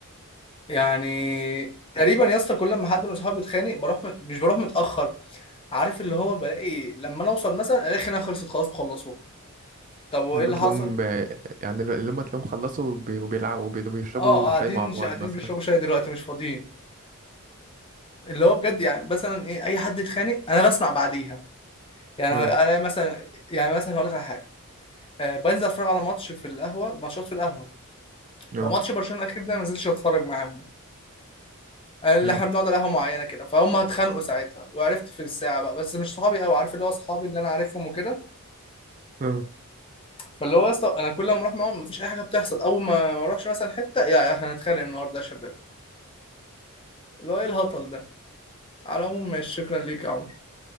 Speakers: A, on the left; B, on the right.
A: يعني تقريبا يا اسطى كل ما حد من صحابي بيتخانق بروح مت... مش بروح متأخر عارف اللي هو بلاقي لما انا اوصل مثلا الاقي الخناقة خلصت خلاص وخلصوها طب وايه
B: لما
A: اللي
B: تلاقيهم
A: حصل
B: ب- يعني ل- لما تلاقيهم خلصوا وبي- وبيلعبوا وبي- وبيشربوا
A: اه قاعدين
B: شاي مع
A: مش
B: بعض
A: قاعدين
B: مثلا
A: بيشربوا شاي دلوقتي مش فاضيين اللي هو بجد يعني مثلا ايه اي حد يتخانق انا بسمع بعديها يعني
B: آه،
A: انا مثلا يعني مثلا هقول لك على حاجة آه، بنزل اتفرج على ماتش في القهوة ماتشات في القهوة
B: آه،
A: فماتش برشلونة الأخير ده ما نزلتش أتفرج معاهم اللي
B: آه،
A: احنا بنقعد على قهوه معينه كده فهم اتخانقوا ساعتها وعرفت في الساعه بقى بس مش صحابي قوي عارف اللي هو اصحابي اللي انا عارفهم وكده
B: آه.
A: فاللي هو يا اسطى انا كل ما اروح معاهم مفيش اي حاجه بتحصل اول ما ما اروحش مثلا حته يا احنا هنتخانق النهارده يا شباب اللي هو ايه الهطل ده على العموم ماشي شكرا ليك يا عمر